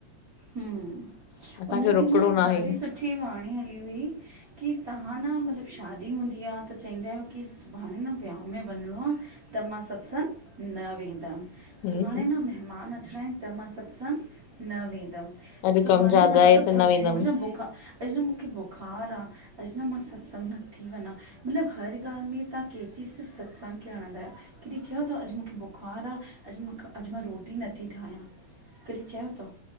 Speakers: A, on the right; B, on the left.
A: हम्म,
B: असांखे
A: उन्हते
B: रुकणो
A: न हिक
B: आहे
A: ॾाढी सुठी ठी वांणी हली हुई, की तहां न मतिलबु शादी हुंदी आ त चईदा आहियो की सुभाणे न व्यांह में वंञिंणो आ, त मां सत्संगु न वेंदमि।
B: हम्म
A: सुभाणे न मेहमान अचिणां इनि, त मां सत्संगु न वेंदमि। दमि,
B: अॼु
A: सुभाणे
B: कमु ज्यादा
A: न मां ॾाढो
B: आहे त
A: थक,
B: वेंदमि
A: मुखे न बुखा, अॼु न मुखे बुखार आ। अॼु न मां सत्संगु नत्थी वना। मतलब, हर ॻाल्ह में, तहां कैंची सिर्फ़ सत्संग खे हणंदायो। कॾी च्यो तव, अॼ मूखे बुख़ार आ, अॼ मूंखे, अॼ मां रोटी नथी ठायां। कॾी चयो तव?